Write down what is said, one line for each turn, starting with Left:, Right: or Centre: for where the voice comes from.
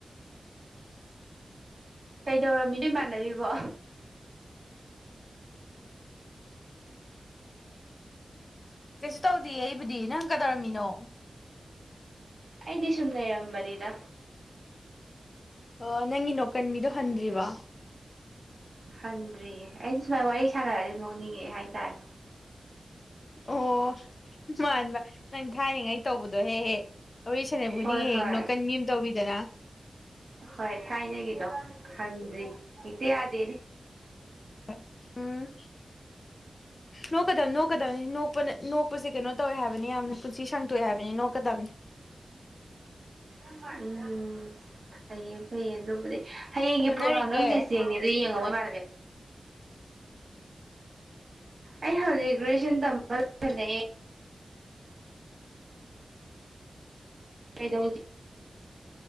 Right: ꯀꯩꯗꯧꯔꯃꯤꯗꯤ ꯃꯥꯟꯅꯕꯤ ꯋꯥ
Left: ꯀꯩꯁꯨ ꯇꯧꯗꯦ ꯑꯩꯕꯨꯗꯤ ꯅꯪꯗꯤ ꯀꯗꯧꯔꯝꯃꯤꯅꯣ
Right: ꯑꯩꯗꯤ ꯁꯨꯝ ꯂꯩꯔꯝꯕꯅꯤꯗ
Left: ꯑꯣ ꯅꯪꯒꯤ ꯅꯣꯀꯟꯕꯤ ꯗꯣ ꯍꯟꯗ꯭ꯔꯤꯕꯣ
Right: ꯍꯟꯗ꯭ꯔꯤꯌꯦ ꯑꯩꯗꯤ ꯁꯨꯃꯥꯏ ꯋꯥꯔꯤ ꯁꯥꯟꯅꯔꯗꯤ ꯅꯤꯡꯉꯛꯑꯦ ꯍꯥꯏꯇꯥꯔꯦ
Left: ꯑꯣ ꯃꯥꯟꯕ ꯅꯪ ꯊꯥꯏꯔꯤꯉꯩꯒꯤ ꯇꯧꯕꯗꯨ ꯍꯦꯛ ꯍꯦꯛ ꯖꯥꯔꯤ ꯁꯅꯕꯅꯈꯨꯖꯤꯡꯒꯤ
Right: ꯍꯣꯏ
Left: ꯍꯦꯛ
Right: ꯍꯣꯏ
Left: ꯍꯦꯛ ꯅꯣꯛꯀꯟꯕꯤ ꯑꯃ ꯇꯧꯔꯤꯗꯅꯤ
Right: ꯍꯣꯏ ꯊꯥꯏꯅꯒꯤꯗꯣ ꯍꯟꯗꯔꯤ ꯗꯦꯅꯦ
Left: ꯑꯥ ꯎꯝ ꯅꯣꯛꯀꯗꯕꯅꯤ ꯅꯣꯛꯀꯗꯕꯅꯤ ꯅꯣꯛꯄ ꯅꯣꯛꯄꯁꯦ ꯀꯩꯅꯣ ꯇꯧꯋꯦ ꯍꯥꯏꯕꯅꯤ ꯌꯥꯝꯅ ꯄꯨꯟꯁꯤ ꯁꯥꯡꯇꯣꯛꯑꯦ ꯍꯥꯏꯕꯅꯤ ꯅꯣꯛꯀꯗꯕꯅꯤ
Right: ꯎꯝ ꯐꯩꯌꯦ ꯐꯩꯌꯦ ꯑꯗꯨꯕꯨꯗꯤ ꯍꯌꯦꯡꯒꯤ
Left: ꯍꯣꯠꯅꯔꯤꯒꯦ
Right: ꯄ꯭ꯔꯣꯒꯥꯝ ꯅꯪ ꯂꯤꯁ ꯌꯦꯡꯅꯤ ꯑꯗꯨ ꯌꯦꯡꯉꯕ ꯏ ꯃꯥꯥꯟꯅꯕꯤ ꯑꯩ ꯍꯧꯖꯤꯛ ꯒ꯭ꯔꯦꯖꯨꯑꯦꯁꯟ ꯇꯝꯕ ꯂꯣꯏꯁꯤꯜꯂꯛꯑꯦ ꯀꯩꯗꯧꯖꯤ